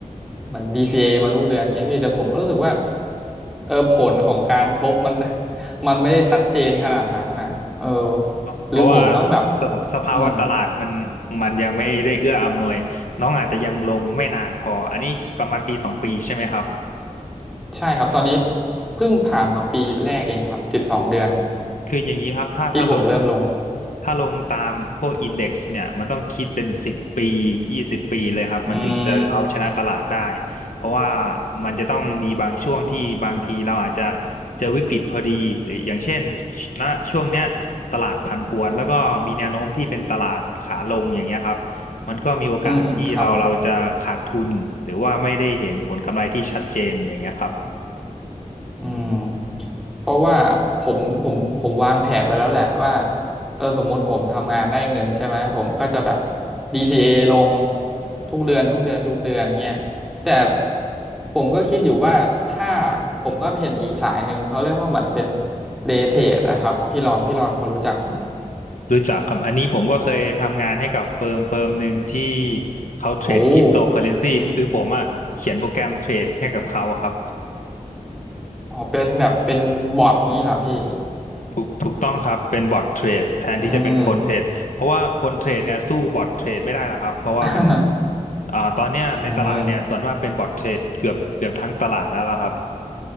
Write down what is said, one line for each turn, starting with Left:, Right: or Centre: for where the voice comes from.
Centre: เหมือนดีซีเ a มาทุกเดือนเนี้ยพี่แต่ผมก็รู้สึกว่าเออผลของการทบมัน <laughs> มันไม่ได้ชัดเจนขนาดนั้นน่ะเออ
Left: เพราะว่า
Centre: หรือผมต้องแบบ
Left: สภสภาวะตลาดมัน
Centre: อืม
Left: มันยังไม่ได้เอื้ออำนวยน้องอาจจะยังลงไม่นานพออันนี้ประมาณปีสองปีใช่ไหมครับ
Centre: ใช่ครับตอนนี้เพิ่งผ่านมาปีแรกเองครับสิบสองเดือน
Left: คืออย่างนี้ครับถ้าถ้าลง
Centre: ที่ผมเริ่มลง
Left: ถ้าลงตามพวกอินเด็กซ์เนี่ยมันต้องคิดเป็นสิบปียี่สิบปีเลยครับมันถึงจะเอาชนะตลาดได้
Centre: อืม
Left: เพราะว่ามันจะต้องมีบางช่วงที่บางทีเราอาจจะเจอวิกฤตพอดีหรืออย่างเช่นณช่วงเนี้ยตลาดผันผวนแล้วก็มีแนวโน้มที่เป็นตลาดขาลงอย่างเงี้ยครับมันก็มีโอกาสที่เราเราจะขาดทุนหรือว่าไม่ได้เห็นผลกำไรที่ชัดเจนอย่างเงี้ยครับ
Centre: อืมครับ อืมเพราะว่าผมผมผมวางแผนไว้แล้วแหละว่าเออสมมติผมทำงานได้เงินใช่ไหมผมก็จะแบบ DCA ลงทุกเดือนทุกเดือนทุกเดือนเนี่ยแต่ผมก็คิดอยู่ว่าถ้าผมก็เห็นอีกสายหนึ่งเขาเรียกว่าเหมือนเป็นเดย์เทรดอะครับพี่รอนพี่รอนพอรู้จักไหม
Left: รู้จักครับอันนี้ผมก็เคยทำงานให้กับเฟิร์มเฟิร์มหนึ่งที่เขาเทรดคริปโตเคอเรนซีคือผมอ่ะเขียนโปรแกรมเทรดให้กับเขาอะครับ
Centre: โอ้อืมอ๋อเป็นแบบเป็นบอทนี้เหรอพี่
Left: ถูกถูกต้องครับเป็นบอทเทรดแทนที่จะเป็นคนเทรดเพราะว่าคนเทรดเนี่ยสู้บอทเทรดไม่ได้หรอกครับเพราะว่ามัน
Centre: อืม <laughs>
Left: อ่าตอนเนี้ยในตลาดเนี่ยส่วนมากเป็นบอทเทรดเกือบเกือบทั้งตลาดแล้วล่ะครับ
Centre: อืม